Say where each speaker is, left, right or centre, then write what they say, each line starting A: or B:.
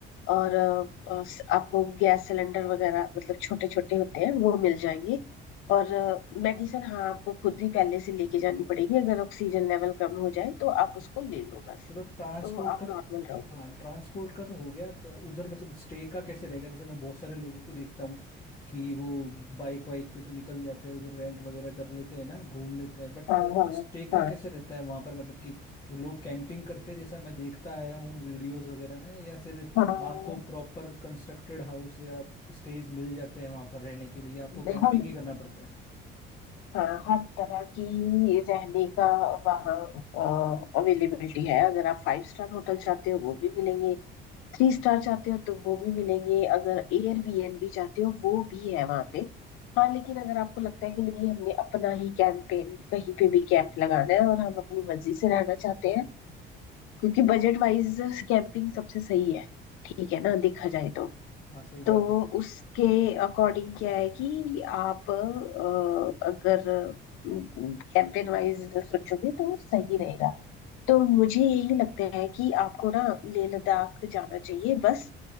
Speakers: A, on the left (about 85°); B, on the left (about 25°).
A: और अ, अ, स- आपको गैस सिलेंडर वगैरह मतलब छोटे छोटे होते हैं वो मिल जाएंगे और मेडिसिन हाँ आपको खुद ही पहले से लेके जानी पड़ेगी अगर ऑक्सीजन लेवल कम हो जाए तो आप उसको ले लो बस
B: चलो ट्रांसपोर्ट
A: तो आप
B: का
A: नॉर्मल रहोगे
B: हाँ ट्रांसपोर्ट का तो हो गया प- उधर मतलब स्टे का कैसे रहेगा जैसे मैं बहुत सारे लोगों को देखता हूँ कि वो बाइक वाइक पे तो निकल जाते हैं उधर रेंट वगैरह कर लेते हैं ना घूम लेते हैं बट
A: हाँ हाँ
B: स्टे का
A: हाँ
B: कैसे रहता है वहां पर मतलब कि लोग कैंपिंग करते हैं जैसा मैं देखता आया हूँ वीडियोस वगैरह में या फिर
A: हाँ
B: आपको प्रॉपर कंस्ट्रक्टेड हाउस या स्टेज मिल जाते हैं वहां पर रहने के लिए आपको
A: हर
B: कैंपिंग
A: हर
B: ही करना पड़ता है
A: हाँ हर तरह की रहने का वहाँ अवेलेबिलिटी है अगर आप फाइव स्टार होटल चाहते हो वो भी मिलेंगे थ्री स्टार चाहते हो तो वो भी मिलेंगे अगर एयरबीएनबी चाहते हो वो भी है वहां पे हाँ लेकिन अगर आपको लगता है कि नहीं हमने अपना ही कैंपेन कहीं पे भी कैंप लगाना है और हम अपनी मर्जी से रहना चाहते हैं क्योंकि बजट वाइज कैंपिंग सबसे सही है ठीक है ना देखा जाए तो
B: हाँ सही बात
A: तो
B: है
A: उसके अकॉर्डिंग क्या है कि आप अ, अगर कैंपेन वाइज सोचोगे तो सही रहेगा तो मुझे यही लगता है कि आपको ना लेह लद्दाख जाना चाहिए बस